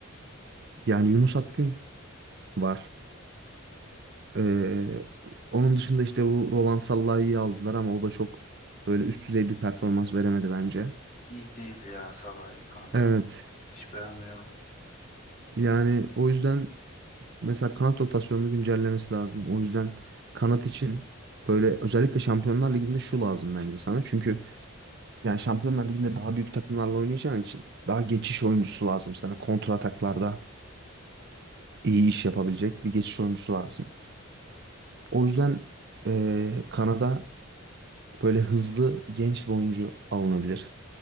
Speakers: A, on the right; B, on the left.
A: yani Yunus Akgün var. Ee, onun dışında işte bu Roland Sallai'yi aldılar ama o da çok böyle üst düzey bir performans veremedi bence.
B: İyi değil ya Salah'ı kanka.
A: Evet.
B: Hiç beğenmiyorum.
A: Yani o yüzden mesela kanat rotasyonunu güncellemesi lazım. O yüzden kanat için böyle özellikle Şampiyonlar Ligi'nde şu lazım bence sana. Çünkü yani Şampiyonlar Ligi'nde daha büyük takımlarla oynayacağın için daha geçiş oyuncusu lazım sana. Kontra ataklarda iyi iş yapabilecek bir geçiş oyuncusu lazım. O yüzden eee, kanada böyle hızlı genç bir oyuncu alınabilir.